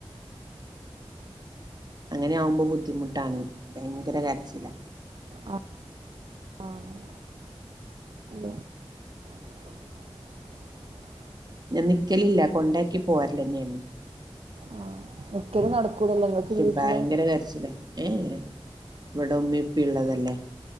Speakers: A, on the right (about 40°); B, on the right (about 65°).
A: അങ്ങനെയാവുമ്പം ബുദ്ധിമുട്ടാണേ ഭയങ്കര കരച്ചിലാ
B: ആഹ് ആഹ് അെ <unintelligible>
A: ഞാൻ നിക്കലില്ല കൊണ്ടാക്കി പോരല്ലെന്നേണ്
B: ആഹ് നിക്കല് നടക്കൂലല്ലോ ങ്ങക്ക്
A: പക്ഷെ
B: വീട്ടിലെ
A: ഭയങ്കര കരച്ചിലാ ഏഹ് ഇവിടുമ്മിപ്പിള്ളതല്ലേ